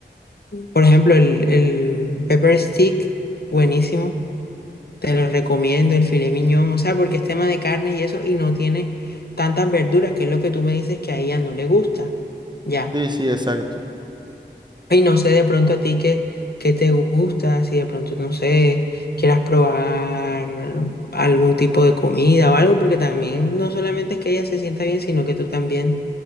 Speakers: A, on the left (about 60°); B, on the right (about 25°).
A: por ejemplo, el, el pepper stick, buenísimo. Te lo recomiendo el filet miñón, o sea, porque es tema de carnes y eso, y no tiene tantas verduras, que es lo que tú me dices que a ella no le gusta. Ya.
B: Sí, sí, exacto.
A: Y no sé de pronto a ti qué, qué te gusta, si de pronto, no sé, quieras probar algún tipo de comida o algo, porque también no solamente es que ella se sienta bien, sino que tú también,